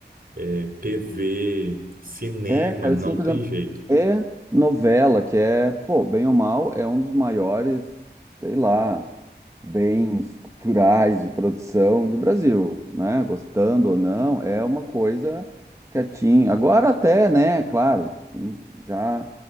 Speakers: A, on the right; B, on the right.
A: é, TV, cinema,
B: É, cara,
A: não
B: sim,
A: tem
B: por exemplo,
A: jeito.
B: é novela, que é, pô, bem ou mal, é um dos maiores, sei lá, bens culturais de produção do Brasil, né? Gostando ou não, é uma coisa que atinge. Agora até, né, claro, hum, já